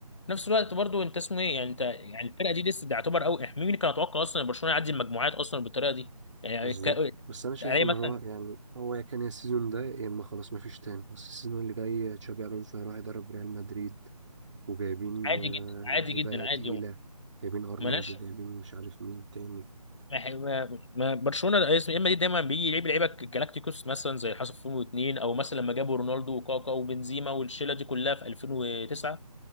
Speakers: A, on the left; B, on the right.
A: في نفس الوقت برضو انت اسمه ايه يعني انت يعني الفرقه دي لسه بيعتبر قوي مين كان يتوقع اصلا ان برشلونه يعدي المجموعات اصلا بالطريقه دي يعني
B: بالظبط
A: ك...
B: بس انا شايف
A: علي
B: ان
A: مثلا
B: هو يعني هو يا كان يا السيزون ده يا اما خلاص مفيش تاني بس السيزون اللي جاي تشابي الونسو هيروح يدرب ريال مدريد وجايبين
A: عادي
B: آه،
A: جدا عادي
B: لعيبه
A: جدا عادي
B: تقيله جايبين ارنولد
A: ملهاش
B: وجايبين مش عارف مين تاني
A: ما هي- ما- ما- برشلونه يا اما دي دايما بيجي يلعب لعيبه جالاكتيكوس مثلا زي اللي حصل في 2002 او مثلا لما جابوا رونالدو وكاكا وبنزيما والشله دي كلها في 2009